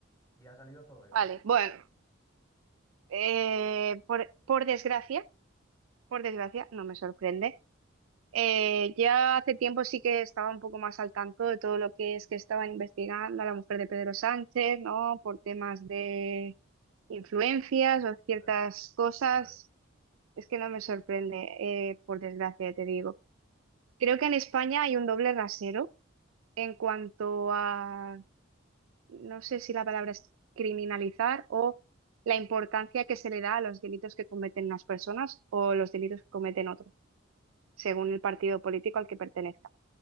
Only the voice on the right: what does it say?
vale. Bueno,
eh, por, por desgracia, por desgracia, no me sorprende. Eh, ya hace tiempo sí que estaba un poco más al tanto de todo lo que es que estaban investigando a la mujer de Pedro Sánchez, ¿no? Por temas de influencias o ciertas
cosas.
Es que no me sorprende, eh, por desgracia, te digo. Creo que en España hay un doble rasero en cuanto a, no sé si la palabra es criminalizar o la importancia que se le da a los delitos que cometen unas personas o los delitos que cometen otros, según el partido político al que pertenezca.